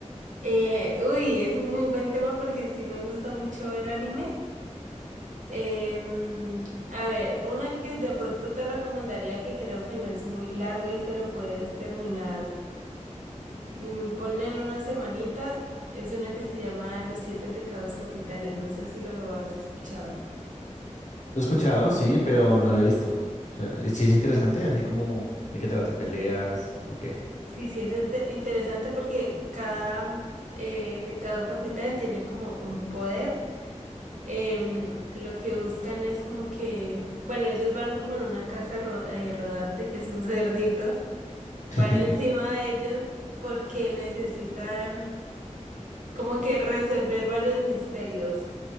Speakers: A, on the right; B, on the left.
A: Eh, uy, es un muy buen tema porque sí me gusta mucho ver anime. Em, a ver, una que de pronto te recomendaría que creo que no es muy larga y te lo puedes terminar. mm, ponle en una semanita. Es una que se llama Los Siete Pecados Capitales. No sé si lo has escuchado.
B: Lo he escuchado, sí, pero no lo he visto. O sea, sí es interesante, así como de qué trata, peleas, ok.
A: Sí, sí, es inte- interesante porque cada eh, pecado capital tiene como un poder. em, lo que buscan es como que, bueno, ellos van como en una casa ro- eh, rodante que es un cerdito,
B: <laughs>
A: van encima de ellos porque necesitan como que resolver varios misterios,